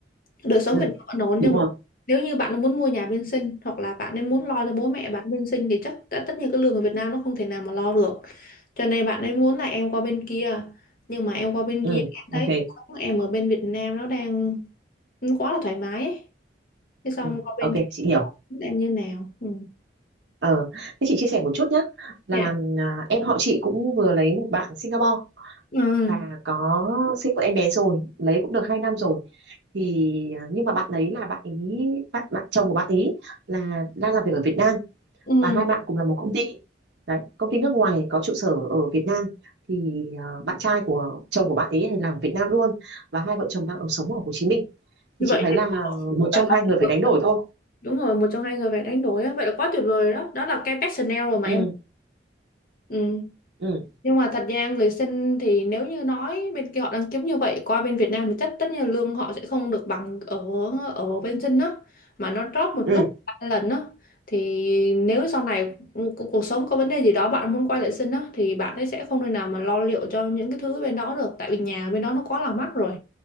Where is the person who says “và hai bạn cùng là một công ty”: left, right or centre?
Right